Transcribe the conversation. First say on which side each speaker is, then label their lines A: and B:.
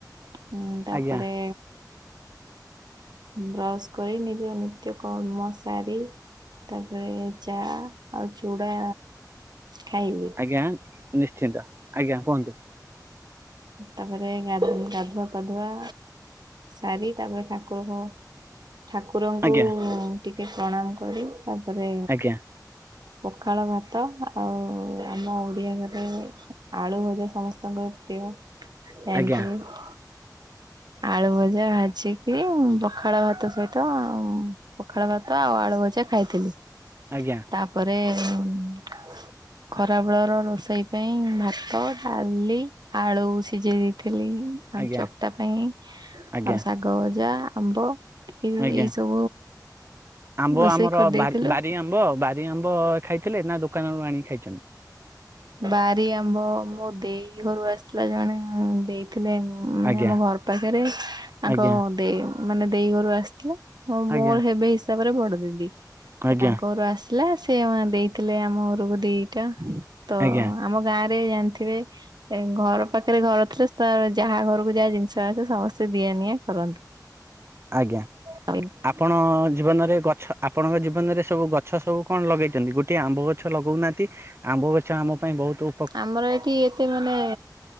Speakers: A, on the right; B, on the right.
A: <unintelligible> ହୁଁ ତାପରେ
B: ଆଜ୍ଞା
A: ବ୍ରସ କରି ନିଜ ନିତ୍ୟ କର୍ମ ସାରି ତାପରେ ଚା ଆଉ ଚୁଡ଼ା ଖାଇଲିି।
B: ଆଜ୍ଞା, ନିଶ୍ଚିନ୍ତ ଆଜ୍ଞା କୁହନ୍ତୁ?
A: ତାପରେ ଗା ଗାଧୁଆ ପାଧୁଆ ସାରି ତାପରେ ଠାକୁରକୁ ଠାକୁରଙ୍କୁ
B: ଆଜ୍ଞା
A: ଟିକେ ପ୍ରଣାମ କରି ତାପରେ
B: ଆଜ୍ଞା
A: ପଖାଳ ଭାତ ଆଉ ଆମ ଓଡ଼ିଆ ଘରେ ଆଳୁ ଭଜା ସମସ୍ତଙ୍କ ପ୍ରିୟ <unintelligible> ଜାଣିଥିବେ।
B: ଆଜ୍ଞା
A: ଆଳୁ ଭଜା ଭାଜିକି ପଖାଳ ଭାତ ସହିତ ପଖାଳ ଭାତ ଆଉ ଆଳୁ ଭଜା ଖାଇଥିଲି।
B: ଆଜ୍ଞା।
A: ତାପରେ <unintelligible> ଖରାବେଳର ରୋଷେଇ ପାଇଁ ଭାତ ଡାଲି ଆଳୁ ସିଝେଇ ଦେଇଥିଲି ଆଉ
B: ଆଜ୍ଞା
A: ଚକଟା ପାଇଁ
B: ଆଜ୍ଞା
A: ଆଉ ଶାଗ ଶାଗ ଭଜା ଆମ୍ବ ଏ
B: ଆଜ୍ଞା
A: ଏଇ ସବୁ
B: ଆମ୍ବ
A: ରୋଷେଇ
B: ଆମର
A: କରିଦେଇଥିଲୁ
B: ବାରି ବାରି ଆମ୍ବ ବାରି ଆମ୍ବ ଖାଇଥିଲେ ନା ଦୋକାନରୁ ଆଣିକି ଖାଇଚନ୍ତି?
A: ବାରି ଆମ୍ବ ମୋ ଦେଇ ଘରୁ ଆସିଥିଲା ଜଣେ ଦେଇଥିଲେ। ଉ, ମାନେ
B: ଆଜ୍ଞା
A: ଆମ ଘର ପାଖରେ ତାଙ୍କ
B: ଆଜ୍ଞା
A: ଦେଇ ମାନେ ଦେଇ ଘରୁ ଆସିଥିଲେ। ହଁ
B: ଆଜ୍ଞା
A: ମୋର ହେବେ ହିସାବରେ ବଡ ଦିଦି ତ
B: ଆଜ୍ଞା
A: ତାଙ୍କ ଘରୁ ଆସ ସିଥିଲା ସେ ଦେଇଥିଲେ ଆମ ଘରକୁ ଦିଟା। ତ
B: ଆଜ୍ଞା
A: ଆମ ଗାଁରେ ଜାଣିଥିବେ ଏ ଘର ପାଖରେ ଘର ଥିଲେ ତ ଯାହା ଘରକୁ ଯା ଜିନିଷ ଆସେ ସମସ୍ତେ ସମସ୍ତେ ଦିଆ ନିଆ କରନ୍
B: ଆଜ୍ଞା
A: ତି।
B: ଆପଣ ଜୀବନରେ ଗଛ, ଆପଣଙ୍କ ଜୀବନରେ ସବୁ ଗଛ ସବୁ କଣ ଲଗେଇଚନ୍ତି? ଗୁ ଟେ ଆମ୍ବ ଗଛ ଲଗଉନାହାନ୍ତି। ଆମ୍ବ ଗଛ ଆମ ପାଇଁ ବହୁତୁ
A: ଆମର ଏଠି ଏତେ ଘ ମାନେ